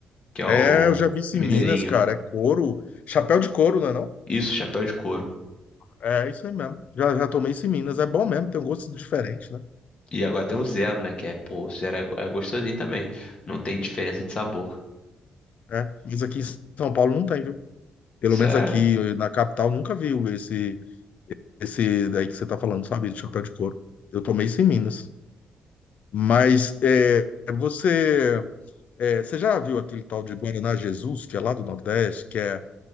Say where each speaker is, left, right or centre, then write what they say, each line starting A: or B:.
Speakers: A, on the left; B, on the left.
A: que é o
B: É, eu já vi isso
A: mineirinho.
B: em Minas, cara. É couro. Chapéu de couro, não é não?
A: Isso, chapéu de couro.
B: É isso aí mesmo. Já, já tomei isso em Minas. É bom mesmo, tem um gosto diferente, né?
A: E agora tem o zero, né? Que é, pô, o zero é, é gostosinho também. Não tem diferença de sabor.
B: É. Mas aqui em São Paulo não tem, viu? Pelo
A: Sério?
B: menos aqui na capital nunca viu esse, esse daí que você tá falando, sabe? De chapéu de couro. Eu tomei isso em Minas. Mas é, você, é, você já viu aquele tal de Guaraná Jesus, que é lá do Nordeste, que é,